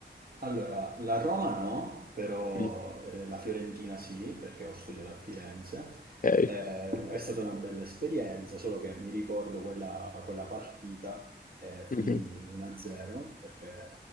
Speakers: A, on the right (about 55°); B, on the left (about 50°).
A: Allora, la Roma no, però
B: Mm,
A: eh, la Fiorentina sì, perché ho studiato a Firenze.
B: Ok.
A: Eh, è stata una bella esperienza, solo che mi ricordo quella, quella partita eh, finì
B: Mhm.
A: 1-0 perché